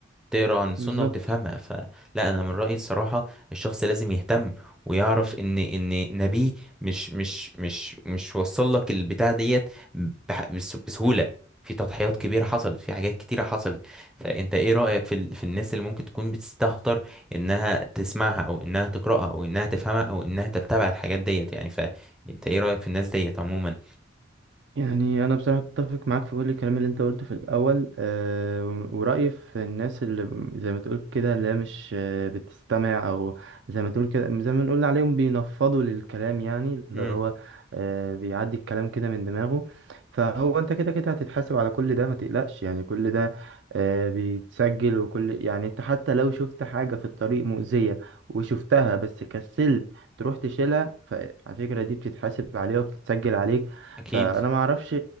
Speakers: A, in the centre; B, on the right.
A: تقرا عن السنة
B: بالظبط
A: وتفهمها فلا انا من رأيي الصراحة الشخص لازم يهتم ويعرف ان ان نبيه مش مش مش مش وصل لك البتاع ديت بح- بس- بسهولة في تضحيات كبيرة حصلت في حاجات كتيرة حصلت فانت ايه رأيك في ال... في الناس اللي ممكن تكون بتستهتر انها تسمعها او انها تقرأها او انها تفهمها او انها تتبع الحاجات ديت يعني فانت ايه رأيك في الناس ديت عموما
B: يعني انا بصراحه اتفق معاك في كل الكلام اللي انت قلته في الاول أه ورايي في الناس اللي زي ما تقول كده اللي هي مش آه، بتستمع او زي ما تقول كده زي ما نقول عليهم بينفضوا للكلام يعني اللي
A: امم
B: هو أه بيعدي الكلام كده من دماغه فهو انت كده كده هتتحاسب على كل ده ما تقلقش يعني كل ده أه بيتسجل وكل يعني انت حتى لو شفت حاجه في الطريق مؤذيه وشفتها بس كسلت تروح تشيلها فعلى فكره دي بتتحاسب عليها وبتتسجل عليك
A: اكيد
B: فانا ما اعرفش